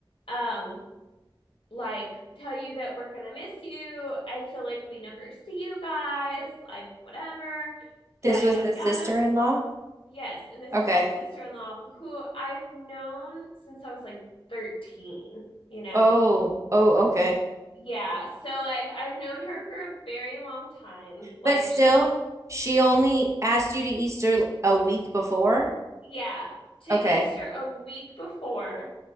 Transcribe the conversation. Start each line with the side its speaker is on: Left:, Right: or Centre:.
Left: um like tell you that we're gonna miss you. I feel like we never see you guys, like whatever,
Right: This
Left: yada
Right: was
Left: yada
Right: the
Left: yada.
Right: sister-in-law?
Left: Yes, and this
Right: Okay.
Left: is my sister in law who I've known since I was like 13, you know?
Right: Oh, oh, okay.
Left: Yeah, so like I've known her for a very long time. Like
Right: But still,
Left: she's
Right: she only asked you to Easter l- a week before?
Left: yeah, to
Right: Okay.
Left: Easter a week before,